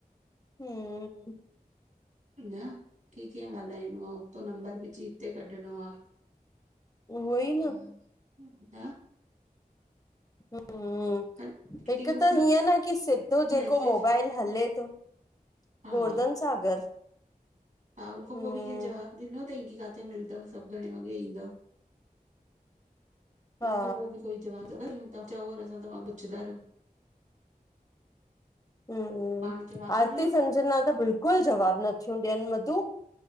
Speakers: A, on the left (about 25°); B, on the right (about 55°).
A: हम्म।
B: न कीअ कीअं ॻाल्हाइणो हथो नंबर विझी हिते कढणो आ।
A: उहो ई न
B: हा। न
A: <inaudible>
B: हल किटी
A: हिक
B: ग्रुप
A: त
B: में
A: हीअं न की सिधो जेको
B: मैसेज
A: मोबाइल हले थो।
B: हा
A: गोर्धन सागर।
B: हा हुननखो
A: हम्म
B: पोइ बि कंहिं जवाब ॾिनो तई की किथे मिलंद सभ घणे वॻे ईंदव?
A: हा
B: हुनख पोइ बि कोई जवाब चओ असां त पुछंदा रहूं।
A: हम्म,
B: पाण जवाब
A: आरती
B: त ॾियो
A: संजना त बिल्कुल जवाब नथियूं ॾियन मधु।